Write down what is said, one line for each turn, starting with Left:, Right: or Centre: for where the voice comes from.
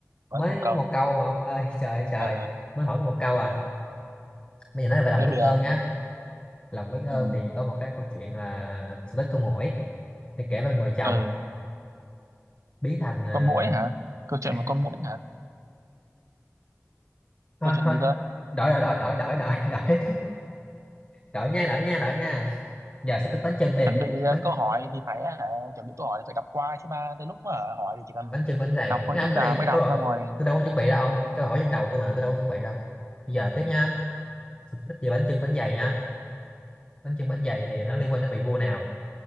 Right: vẫn
Left: mới
Right: có một câu
Left: có một câu mà ông ơi <laughs> trời ơi trời
Right: ờ,
Left: mới hỏi có một câu à bây giờ nói về lòng
Right: tiếp
Left: biết
Right: đi
Left: ơn
Right: ông
Left: nhá lòng biết ơn
Right: ừ.
Left: thì có một cái câu chuyện là sự tích con muỗi thì kể về một người chồng
Right: ừ
Left: biến thành à,
Right: con muỗi hả câu chuyện
Left: <laughs>
Right: một con muỗi hả
Left: thôi
Right: câu chuyện
Left: thôi
Right: gì cơ
Left: đổi đổi đổi đổi đổi <laughs> đổi đổi đổi nha đổi nha đổi nha giờ sự tích bánh chưng đi
Right: chuẩn bị ờ,
Left: bánh
Right: câu hỏi thì phải hả, chuẩn bị câu hỏi thì phải đọc qua chứ ba tới lúc mà hỏi thì chỉ cần
Left: bánh chưng bánh dày
Right: đọc thôi
Left: cái nào
Right: chứ
Left: cái
Right: già
Left: này
Right: mới đọc
Left: câu hỏi
Right: ra ngoài
Left: tôi đâu có chuẩn bị đâu câu hỏi trong đầu tôi mà tôi đâu có chuẩn bị đâu bây giờ tiếp nha thích về bánh chưng bánh dày nha bánh chưng bánh dày thì nó liên quan đến vị vua nào